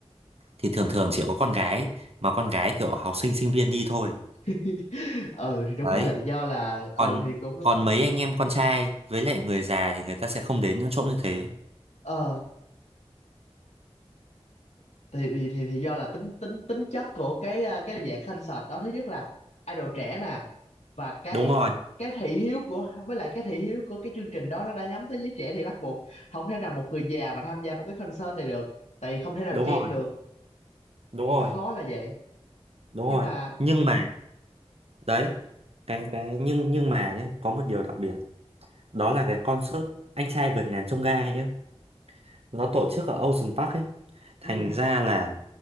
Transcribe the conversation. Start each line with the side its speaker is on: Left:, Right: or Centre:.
Right: thì thường thường chỉ có con gái mà con gái kiểu học sinh sinh viên đi thôi
Left: <laughs> ừ thì đúng
Right: đấy
Left: rồi do là ừ
Right: còn
Left: thì cũng đúng
Right: còn mấy anh em con trai với lại người già thì người ta sẽ không đến những chỗ như thế
Left: ờ thì thì thì, thì do là tính tính tính chất của cái à, cái dạng concert đó thứ nhất là idol trẻ nè và cái
Right: đúng rồi
Left: cái thị hiếu của với lại cái thị hiếu của cái chương trình đó nó đã nhắm tới giới trẻ thì bắt buộc không thể nào một người già mà tham gia một cái concert này được tại vì không thể nào
Right: đúng
Left: chen
Right: rồi
Left: được
Right: đúng rồi
Left: nó khó là vậy
Right: đúng
Left: nhưng
Right: rồi
Left: mà
Right: nhưng
Left: ừ
Right: mà đấy cái cái nhưng nhưng mà nhé có một điều đặc biệt đó là cái concert anh trai vượt ngàn chông gai nhé nó tổ chức ở Ocean Park ấy thành
Left: ừ
Right: ra là